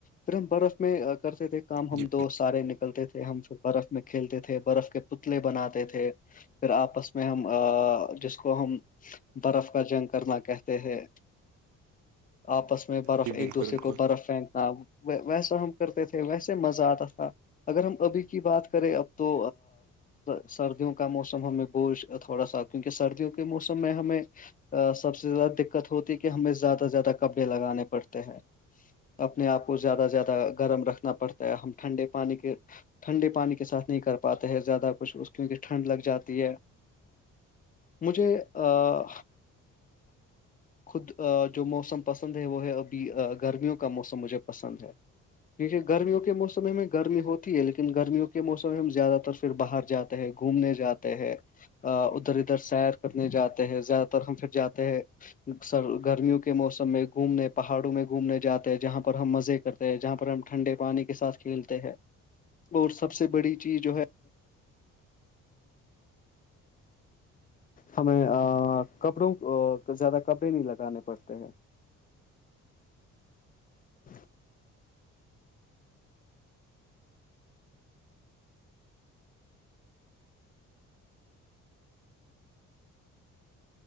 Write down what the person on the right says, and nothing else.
جی
جی
بالکل
بالکل
<unintelligible>
ج